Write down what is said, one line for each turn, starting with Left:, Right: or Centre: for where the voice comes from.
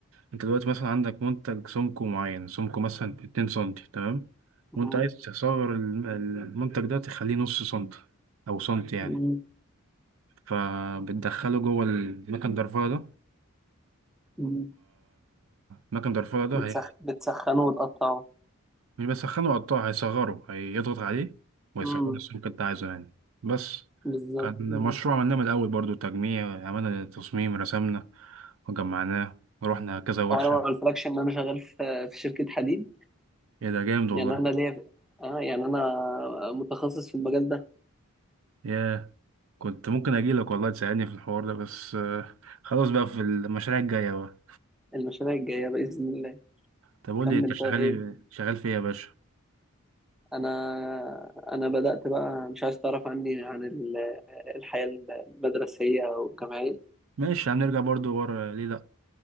Right: انت دلوقتي مثلا عندك منتج سمكه معين سمكه مثلا 2 سنتي تمام
Centre: مم.
Right: وانت عايز تصغر الم- المنتج ده تخليه نص سنتي او سنتي يعني
Centre: مم.
Right: فبتدخله جوه المكن درفلة ده
Centre: مم.
Right: ومكن درفلة ده
Centre: بتسخ...
Right: هي-
Centre: بتسخنوا وتقطعوا
Right: مش بسخنه قطاع هيصغره هيضغط عليه ويصغر
Centre: مم.
Right: السمك اللي انت عايزه يعني بس
Centre: بالظبط
Right: كان
Centre: مم.
Right: مشروع عملناه من الأول برضو تجميع عملنا تصميم رسمنا وجمعناه ورحنا كذا ورشة
Centre: هو انا ما قلتلكش ان انا شغال في في شركة حديد
Right: ايه ده جامد والله
Centre: يعني انا ليا اه يعني انا متخصص في المجال ده
Right: ياه كنت ممكن أجيلك والله تساعدني في الحوار ده بس آه، خلاص بقى في المشاريع الجاية بقى
Centre: المشاريع الجاية بإذن الله
Right: طب قول
Centre: كمل
Right: لي انت شغال
Centre: طيب
Right: إيه؟ شغال في ايه يا باشا
Centre: انا انا بدات بقى مش عايز تعرف عني عن ال- الحياه المدرسيه والجامعيه
Right: ماشي هنرجع برضو ورا ليه لأ